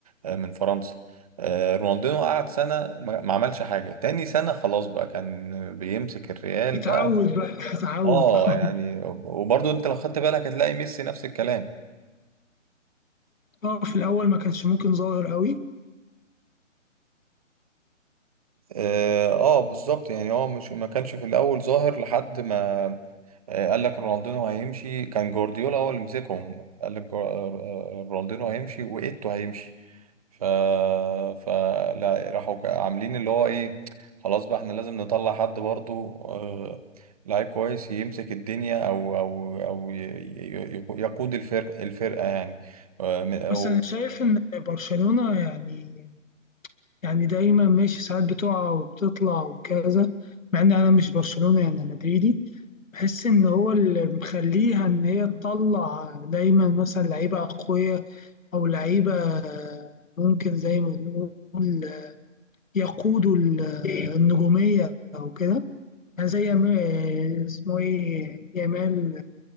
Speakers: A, on the right; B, on the left.
A: آه، من فرنسا آه، رونالدينو قعد سنة ما ما عملش حاجة تاني سنة خلاص بقى كان بيمسك الريال
B: اتعود
A: بقى
B: بقى <laughs> اتعود
A: اه
B: اه
A: يعني وبرضه انت لو خدت بالك هتلاقي ميسي نفس الكلام
B: اه في الاول ما كانش ممكن ظاهر قوي
A: اه آه، بالظبط يعني هو مش ما كانش في الاول ظاهر لحد ما آه، قال لك رونالدينو هيمشي كان جوارديولا هو اللي مسكهم قال لك جوا- آه، آه، رونالدينو هيمشي وإيتو هيمشي ف فلا راحوا ك- عاملين اللي هو ايه خلاص بقى احنا لازم نطلع حد برضو آه، لعيب كويس يمسك الدنيا او او او ي- ي- ي- يقود الفرق الفرقة يعني آه، م- أو
B: بس انا شايف ان برشلونه يعني يعني دايما ماشي ساعات بتقع وبتطلع وكذا مع ان انا مش برشلونه يعني أنا مدريدي بحس ان هو اللي مخليها ان هي تطلع دايما مثلا لعيبه اقوياء او لعيبه ممكن زي ما بنقول يقودوا ال- النجوميه او كده يعني زي يما- اسمه ايه يامال